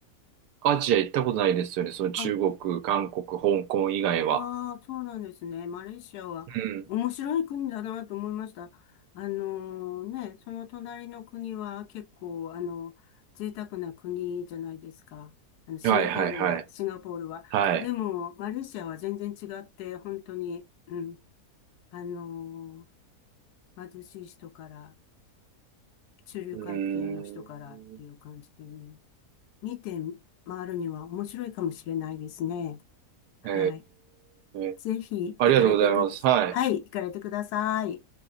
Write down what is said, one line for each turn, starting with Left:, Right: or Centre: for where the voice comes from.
Right: アジア行ったことないですよね。その中国、
Left: あ、
Right: 韓国、香港以外は。
Left: ああ、そうなんですね。マレーシアは面白い国だなと思いました。
Right: うん。
Left: あのーね、その隣の国は結構、あの、贅沢な国じゃないですか。あの、シンガポールは、
Right: はいはいはい。
Left: シンガポールは。
Right: はい。
Left: でも、マレーシアは全然違って、本当に、うん、あのー貧しい人から、中流階級の人からっていう感じでね、
Right: うーん。
Left: 見て回るには面白いかもしれないですね。はい。
Right: ええ
Left: ぜひ行かれてください。
Right: ありがとうございます。はい。
Left: はい、行かれてください。